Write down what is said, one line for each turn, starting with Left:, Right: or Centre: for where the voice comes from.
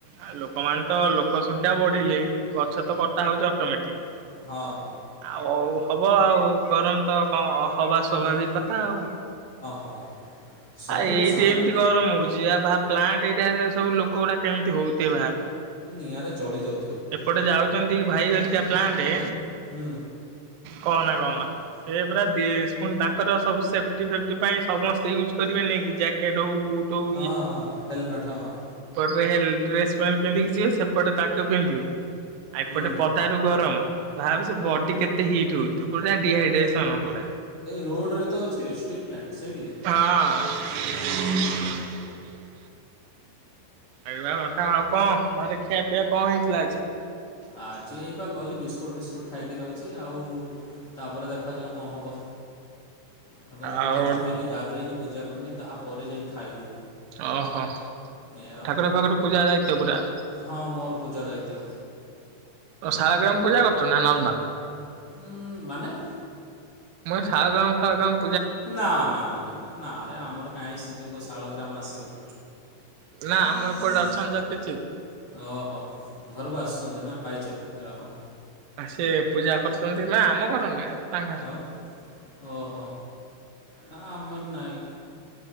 Right: ଆଉ ଲୋକମାନେ ତ ଲୋକ ସଂଖ୍ୟା ବଢିଲେ। ଗଛ ତ କଟା ହଉଛି ଅଟୋମେଟିକ
Left: ହଁ।
Right: ଆଉ ହବ ଆଉ ଗରମ ତ କଣ ହବା ସ୍ଵଭାବିକ
Left: ହଁ
Right: କଥା ଆଉ।
Left: ହଁ ସବୁଠୁ
Right: ଆ ଏଇଟା
Left: ଶାନ୍ତ
Right: ଏମିତି ଗରମ ହଉଛି ଭାବେ ପ୍ଲାଣ୍ଟେ ଏରିଆରେ ସବୁ ଲୋକ ଗୁଡା କେମିତି ହଉଥିବେ ଭାବେ।
Left: ନିଆରେ ଜଳି ଯାଉ
Right: ଏପଟେ ଯାଉଛ ଭାଇଘଟିକ ପ୍ଲାଣ୍ଟ
Left: ହୁଁ
Right: କହନା କହନା ସେ ପାରା ପୁଣି ତାଙ୍କର ସବୁ ସେଫ୍ଟି ଫେଟି ପାଇଁ ସମସ୍ତେ ୟୁଜ୍ କରିବେ ନାଇ କି ଜ୍ୟାକେଟ ହଉ ବୁଟ୍ ହଉ
Left: ହଁ ହଁ ହେଲମେଟ ହଁ।
Right: ଡ୍ରେସ ପ୍ୟାଣ୍ଟ ପିନ୍ଧିକି ଯିବେ ସେପଟେ ତାକୁ ଟ ପିନ୍ଧିବେ ଆ ଏପଟେ
Left: ହୁଁ
Right: ପଦାରୁ ଗରମ ଭାବି ସେ ବଡି କେତେ ହିଟ୍ ହଉଥ ପୁରା ଡିହାଇଡ୍ରେସନ ପୁରା।
Left: ରୋଡ ରେ ତ ଅଛି ଷ୍ଟିଲ୍ ପ୍ଲାଣ୍ଟ।
Right: ହଁ
Left: ସେଇଠି
Right: <inaudible>
Left: ଓହୋ
Right: ଏବେ ଆଉ ଆଉ କଣ ଘରେ ଖିଆ ପିଆ କଣ ହେଇଥିଲା ଆଜି?
Left: ଆଛି ଏଇପା କହିଲି ବିସ୍କୁଟ୍ ଫିସ୍କୁଟ୍ ଖାଇକି ରହିଛି। ଆଉ ତାପରେ ଦେଖାଯାଉ କଣ ହେବ? ତ ତ
Right: ଆଉ
Left: କିଛି ଭାବିନି ଗାଧେଇନି ପୂଜା କରିନି ତାପରେ ଯାଇ ଖାଇବି
Right: ଓହୋ ଠାକୁର
Left: ଏଇଆ ଆଉ
Right: ପାଖର ପୂଜା ଯାଇତ ପୁରା।
Left: ହଁ ମୋର ପୂଜା ଦାୟିତ।
Right: ଓ ସାରାଗ୍ରାମ ପୂଜା କରଛୁ ନା ନର୍ମାଲ।
Left: ଉୁଁ ମାନେ
Right: ମଁ ସାଳ ଗାମ ଫାଳ ଗ୍ରାମ
Left: ନା ନା ନା ନା ନା ନା ଆରେ ଆମର କାଇହିଁ ସୁଯୋଗ କାଳଗ୍ରାମ ଆସିବ।
Right: ନା ଆମ ଏପଟେ ଅଛନ୍ତି ତ କିଛି।
Left: ଓହୋ ଘରକୁ ଆସୁଛନ୍ତି ନା ପାଇଛ। ଯାହେ
Right: ସେ ପୂଜା କରୁଛନ୍ତି ମାନେ ଆମ ଘର ନୁହେଁ। ତାଙ୍କ
Left: ଆଉ ଓ ହୋ ଆମର ନାହିଁ।